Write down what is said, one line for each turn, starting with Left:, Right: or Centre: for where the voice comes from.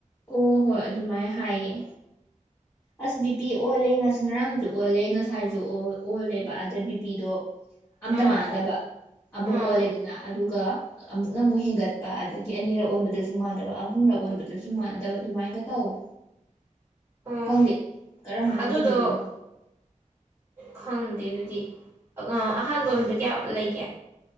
Left: ꯑꯣ ꯍꯣꯏ ꯑꯗꯨꯃꯥꯏꯅ ꯍꯥꯏꯌꯦ ꯑꯁ ꯕꯤ ꯄꯤ ꯑꯣꯜꯂꯦ ꯉ ꯉꯔꯥꯡꯖꯨ ꯑꯣꯜꯂꯦ ꯉꯁꯥꯏ ꯑꯣꯜꯂꯦꯕ ꯑꯗ ꯕꯤꯄꯤꯗꯣ ꯑꯝꯇ
Right: ꯎꯝ
Left: ꯃꯥꯟꯅꯗꯕ ꯑꯃꯨꯛ
Right: ꯎꯝ
Left: ꯑꯣꯜꯂꯦꯗꯅ ꯑꯗꯨꯒ ꯑꯃꯨꯛꯅꯃꯨꯛ ꯍꯦꯟꯒꯠꯄ ꯑꯗꯒꯤ ꯑꯅꯤꯔꯛ ꯑꯣꯟꯕꯗꯁꯨ ꯃꯥꯟꯅꯗꯕ ꯑꯍꯨꯝꯔꯛ ꯑꯣꯟꯕꯗ ꯁ ꯁꯨꯝ ꯃꯥꯟꯅꯗꯕ ꯑꯗꯨꯃꯥꯏꯅꯒ ꯇꯧꯋꯦ꯫
Right: ꯑꯣ
Left: ꯈꯪꯗꯦ ꯀꯔꯝꯕꯅ
Right: ꯑꯗꯨꯗꯣ
Left: ꯆꯨꯝꯗꯣꯏꯅꯣ
Right: ꯈꯪ ꯑꯗꯨꯗꯤ ꯑꯥ ꯑꯍꯥꯟꯕꯝꯗ ꯀꯌꯥ ꯂꯩꯒꯦ꯫